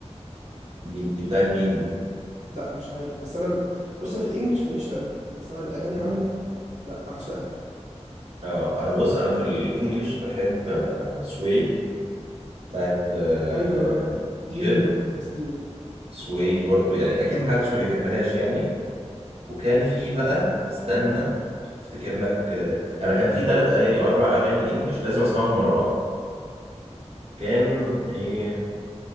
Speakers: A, on the right (about 60°); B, on the right (about 85°).
A: دي دي بتاعت مين دي
B: لا مش عارف بس انا بص في الانجليش ماليش قوي بس انا الاغاني
A: مم.
B: عربي لا اعشقها
A: اه انا بص انا في الانجليش بحب آه، سوي بتاعت آه،
B: ايوه اه دين
A: جيل
B: مارتنز دي ولا
A: سوي برضو يعني اكيد محدش ما بيحبهاش يعني وكان في بقى استنى افتكر لك آه، انا كان في ثلاث اغاني او اربع اغاني انجليش لازم اسمعهم ورا بعض كان ايه